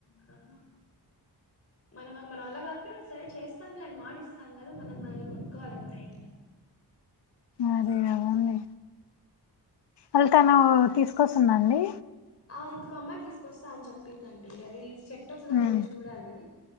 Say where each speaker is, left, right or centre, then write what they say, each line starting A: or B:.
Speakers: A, on the left; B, on the left.
A: అహ మనం మనం వల్ల కాకపోనా సరే చేస్తాం లేని మాట ఇస్తాం కదా మనం మనల్ని కొట్టుకోవాలి అంతే ఇంక.
B: అదే కదండి అల్తను తీసుకొస్తుందండి
A: ఆ ఇంకొక అమ్మాయి తీసుకొస్తా అని చెప్పిందండి. అది సెట్ అవుతుందో
B: ఉమ్
A: లేదో చూడాలి.